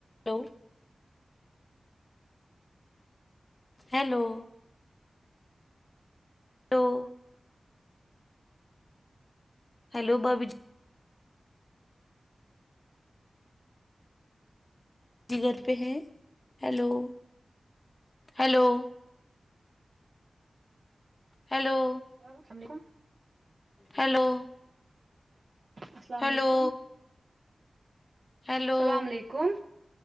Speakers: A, on the left; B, on the right.
A: ہلو ہیلو ہلو ہیلو بھابھی جی گھر پہ ہیں hello hello hello
B: hello
A: hello
B: السلام
A: ہیلو
B: علیکم
A: ہیلو
B: اللام علیکم